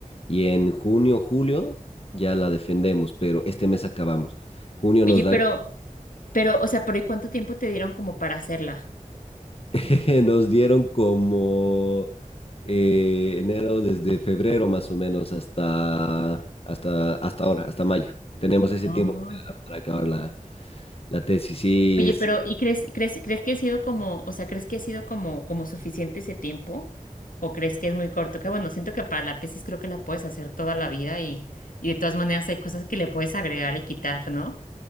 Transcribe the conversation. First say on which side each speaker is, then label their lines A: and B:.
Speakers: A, on the left; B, on the left.
A: Y en junio, julio ya la defendemos, pero este mes acabamos. Junio
B: Oye,
A: nos dan
B: pero, pero, o sea, pero ¿y cuánto tiempo te dieron como para hacerla?
A: <laughs> Nos dieron como eh, enero, desde febrero más o menos hasta, hasta, hasta ahora, hasta mayo. Tenemos ese
B: Oh,
A: tiempo para para acabar la, la tesis. Sí,
B: Oye,
A: es,
B: pero ¿y crees, crees, crees que ha sido como, o sea, crees que ha sido como, como suficiente ese tiempo? ¿O crees que es muy corto? Que bueno, siento que para la tesis creo que la puedes hacer toda la vida y, y de todas maneras hay cosas que le puedes agregar y quitar, ¿no?